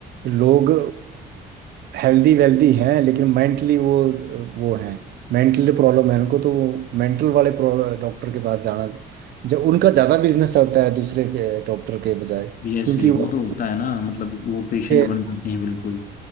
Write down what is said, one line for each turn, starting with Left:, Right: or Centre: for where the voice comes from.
Right: लोग हेल्दी वेल्दी हैं लेकिन मेंटली वो वो हैं मेंटली प्रॉब्लम है उनको तो वो मेंटल वाले डॉक्टर के पास जाना जब उनका ज़्यादा बिजनेस चलता है दूसरे डॉक्टर के बजाय
Left: जैसे
Right: क्योंकि
Left: वो
Right: वो
Left: तो होता है ना मतलब वो पेशेंट
Right: Yes.
Left: बन जाते हैं बिल्कुल